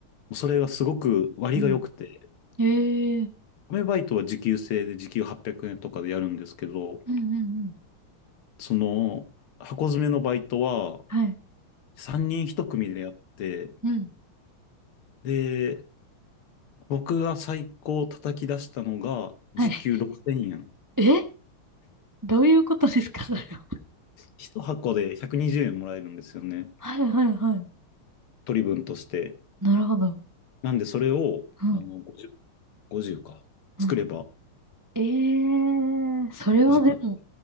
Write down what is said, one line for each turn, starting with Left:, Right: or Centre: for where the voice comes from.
Left: それがすごく割が良くて、
Right: うん。ええー
Left: アメバイトは時給制で時給800円とかでやるんですけど、
Right: うんうんうん。
Left: その箱詰めのバイトは
Right: はい。
Left: 3人1組でやって、
Right: うん。
Left: で、僕が最高叩き出したのが時給6000円。
Right: はい。<laughs> えどういうことですか、それは。
Left: 1箱で120円もらえるんですよね。
Right: <laughs> はいはいはい。
Left: 取り分として。
Right: なるほど。
Left: なんでそれを、
Right: うん。
Left: あの、50、50か。
Right: うん。
Left: 作れば
Right: ええそれはでも、
Left: 1時間。